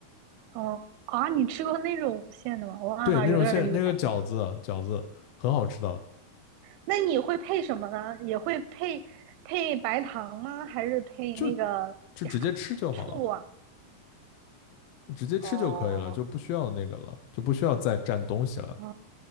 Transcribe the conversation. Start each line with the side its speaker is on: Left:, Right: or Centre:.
Right: 哦啊，你吃过那种馅的吗？哇，
Left: 对，那种现那个饺子饺子很好吃的，
Right: 有点厉害。那你会配什么呢？也会配配白糖吗？还是配那个呀
Left: 就就直接吃就好了，
Right: 醋啊？
Left: 直接吃就可以了，
Right: 哦，
Left: 就不需要那个了，就不需要再蘸东西了
Right: 啊，